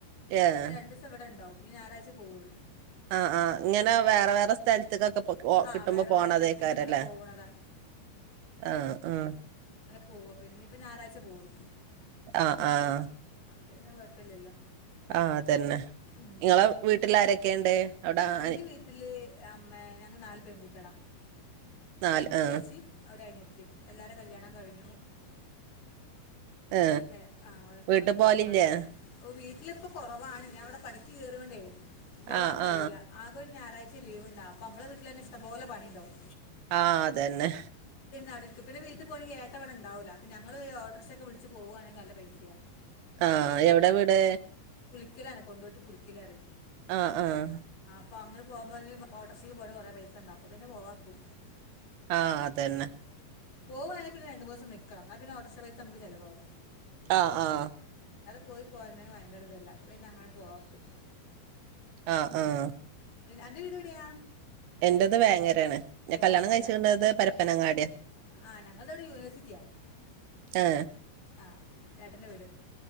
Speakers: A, on the right (about 85°); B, on the left (about 80°).
A: ഏഹ്
B: ഇനി രണ്ടു ദിസം ഇവിടെ ഉണ്ടാവും ഈ ഞായറാഴ്ച പോവുള്ളൂ
A: ആഹ് ആഹ് ഇങ്ങനെ വേറെ
B: ആ
A: വേറെ സ്ഥലത്തേക്കൊക്കെ
B: ആ
A: കിട്ടുമ്പോ
B: വേറെ
A: പോണതേക്കാരല്ലേ
B: വേറെ സ്ഥലത്തേക്ക് ഇങ്ങനെ പോകണതാ
A: ആഹ് ഉം
B: പോവ പിന്നെ ഇപ്പോ ഞായറാഴ്ച പോവുള്ളൂ
A: ആഹ് ആഹ്
B: പിന്നെ കുഴപ്പില്ലല്ലോ
A: ആഹ് അതന്നെ
B: ഉം
A: നിങ്ങളെ വീട്ടിൽ ആരൊക്കെയുണ്ട് അവിടെ
B: എന്റെ
A: ആനി-
B: വീട്ടില് അമ്മ ഞങ്ങള് നാല് പെൺകുട്ടികളാ
A: നാല്
B: രണ്ടു
A: ആ
B: ചേച്ചിയും ഒരു അനിയത്തിയും എല്ലാവരുടെയും കല്യാണം കഴിഞ്ഞു
A: ആ
B: ഓരൊക്കെ ആഹ് ഓരൊക്കെ
A: വീട്ടിൽ
B: ഓരോ
A: പോവലില്ലേ
B: ചുറ്റുപാടായിട്ടുണ്ട് ഓഹ് വീ ഇതിലിപ്പോ കുറവാണ് ഞാൻ ഇവിടെ പണിക്ക് കേറിയോണ്ടേ പോവാൻ
A: ആ
B: കഴിയില്ല
A: ആ
B: ആകെ ഞായറാഴ്ച ലീവുണ്ട അപ്പോ നമ്മളെ വീട്ടിൽ തന്നെ ഇഷ്ടം പോലെ പണി ഇണ്ടാവും
A: ആഹ് അതന്നെ
B: അവിടെ ഇരിക്കും പിന്നെ വീട്ടിൽ പോണെങ്കി ഏട്ടൻ അവിടെ ഇണ്ടാവില്ല അപ്പോ ഞങ്ങൾ ഓട്ടോറിക്ഷ ഒക്കെ വിളച്ച് പോകവാണെങ്കിൽ നല്ല പൈസാ
A: ആഹ് എവിടെയാ വീട്
B: പുലിക്കിലാണ് കൊണ്ടോട്ടി പുലിക്കിലാണ്
A: ആഹ് ആഹ്
B: അപ്പൊ അങ്ങനെ പോകുമ്പോൾ ഓട്ടോറിക്ഷക്ക് പോണ കുറെ പൈസ ഉണ്ടാവും അപ്പോ പിന്നെ പോവാക്കും
A: ആഹ് അതന്നെ
B: പോവാണെങ്കിൽ പിന്നെ രണ്ടുമൂന്നു ദിവസം നിൽക്കണം പിന്നെ ഓട്ടോറിക്ഷ പൈസ നുക്ക് ചെലവാകും
A: ആഹ് ആഹ്
B: പോയി പോരണെ ഭയങ്കര ഇതല്ല പിന്നെ അങ്ങാട് പോവാക്കും
A: ആഹ് ആഹ്
B: അന്റെ വീട് എവിടെയാ
A: എന്റേത് വേങ്ങരയാണ് ഞാൻ
B: വേങ്ങര
A: കല്യാണം കഴിച്ചത് പരപ്പനങ്ങാടിയ
B: ആ ഞങ്ങള്ടെവിടെ യൂണിവേഴ്സിറ്റിയാണ്
A: ഏ
B: ആ ഏട്ടന്റെ വീട്